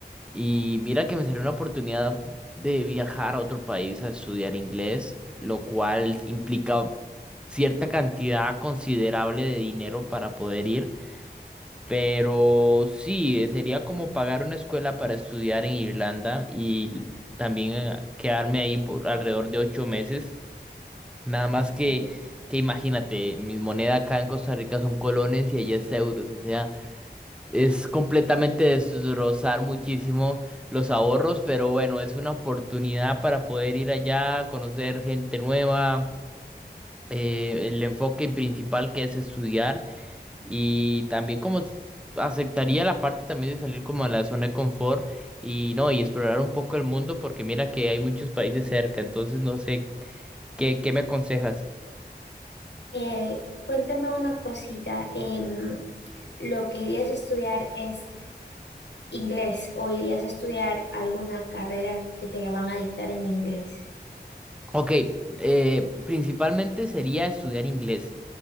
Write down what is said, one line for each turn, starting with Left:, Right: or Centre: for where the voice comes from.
Centre: Y mira que me salió una oportunidad de viajar a otro país a estudiar inglés, lo cual implica cierta cantidad considerable de dinero para poder ir. Pero sí, eh, sería como pagar una escuela para estudiar en Irlanda y también eh, quedarme ahí por alrededor de ocho meses. Nada más
Left: Ok.
Centre: que, que imagínate, mi moneda acá en Costa Rica son colones y allá es euros. O sea, es completamente destrozar muchísimo los ahorros, pero bueno, es una oportunidad para poder ir allá, conocer gente nueva, eh, el enfoque principal que es estudiar y también como s- aceptaría la parte también de salir como a la zona de confort y no, y explorar un poco el mundo porque mira que hay muchos países cerca, entonces no sé, ¿qué, qué me aconsejas?
Left: Eh, cuéntame una cosita. em, ¿lo que irías a estudiar es inglés o irías a estudiar alguna carrera que te la van a dictar en inglés?
Centre: Ok, eh, principalmente sería estudiar inglés.